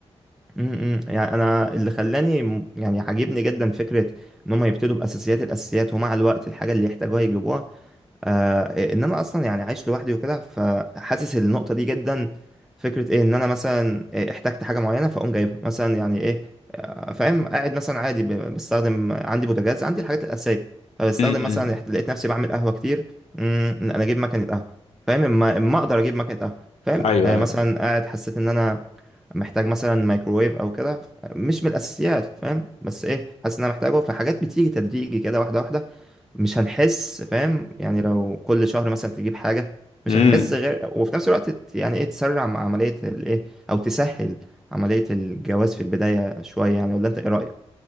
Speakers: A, in the centre; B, on the left.
A: مم، مم. يعني انا اللي خلاني م- يعني عاجبني جدا فكرة ان هم يبتدوا باساسيات الاساسيات ومع الوقت الحاجة اللي يحتاجوها يجيبوها آه ان انا اصلا يعني عايش لوحدي وكده فحاسس النقطه دي جدا فكره ايه ان انا مثلا إيه احتجت حاجه معينه فاقوم جايبها مثلا يعني ايه آه، فاهم قاعد مثلا عادي ب- بستخدم عندي بوتاجاز عندي الحاجات الاساسيه فبستخدم
B: امم
A: مثلا إحت- لقيت نفسي بعمل قهوه كتير مم، انا اجيب مكنه قهوه فاهم اما أما اقدر اجيب مكنه قهوه فاهم
B: ايوه
A: آه،
B: ايوه
A: مثلا قاعد حسيت ان انا محتاج مثلا مايكروويف او كده مش من الاساسيات فاهم بس ايه حاسس ان انا محتاجه فحاجات بتيجي تدريجي كده واحده واحده مش هنحس فاهم يعني لو كل شهر مثلا تجيب حاجة مش
B: امم
A: هتحس غير وفي نفس الوقت ت- يعني ايه تسرع مع عملية الايه او تسهل عملية الجواز في البداية شوية يعني ولا انت ايه رأيك